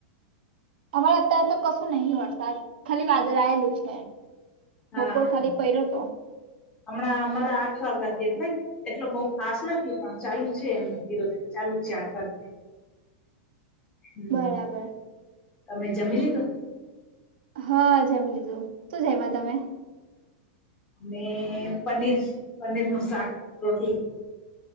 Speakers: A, on the right; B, on the left.
A: અમારે અત્યારે તો કશું નહિ વરસાદ ખાલી વાદળેલું છે.
B: હા
A: બપોર ખાલી પડ્યો તો
B: હમણાં અમારા આઠ વાગ્યાથી એટલે જ એટલે બઉુ ફાસ્ટ નથી પણ ચાલુ છે, એમ ધીરો ધીરે ચાલુ છે, આઠ વાગ્યાથી. હમ
A: બરાબર
B: તમે જમીલીધુ?
A: હા જમી લીધું શું જયમાં તમે?
B: અને પનીર-પનીર નું શાક રોટલી.